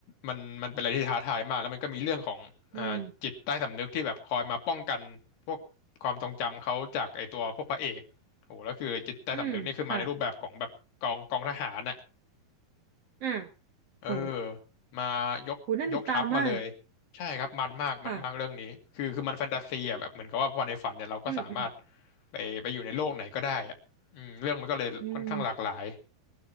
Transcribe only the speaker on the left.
มันมันเป็นอะไรที่ท้าทายมากแล้วมันก็มีเรื่องของอ่าจิตใต้สำนึกที่แบบคอยมาป้องกันพวกความทรงจำเขาจากไอตัวพวกพระเอกโหแล้วคือจิตใต้สำนึกนี่คือมาในรูปแบบของแบบกองกองทหารน่ะ
เออ
มายกยกทัพมาเลย
ใช่ครับมันมากมันมากเรื่องนี้คือคือมันแฟนตาซีอ่ะแบบเหมือนกับว่าพอในฝันเนี่ยเราก็สามารถ
ไปไปอยู่ในโลกไหนก็ได้อ่ะอืมเรื่องมันก็เลยค่อนข้างหลากหลาย